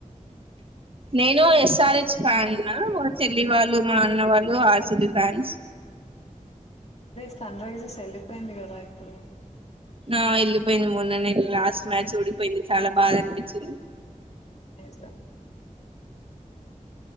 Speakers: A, on the right (about 45°); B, on the left (about 50°).
A: నేను ఎస్ఆర్హెచ్ ఫ్యాన్న్నా మా చెల్లి వాళ్ళు మా అన్న వాళ్ళు ఆర్సిబి ఫ్యాన్స్
B: సన రైజెస్ వెళ్ళిపోయింది కదా ఇప్పుడు
A: ఆ వెళ్ళిపోయింది మూడు లాస్ట్ మ్యాచ్ ఓడిపోయింది చాలా బాధ అనిపించింది
B: స స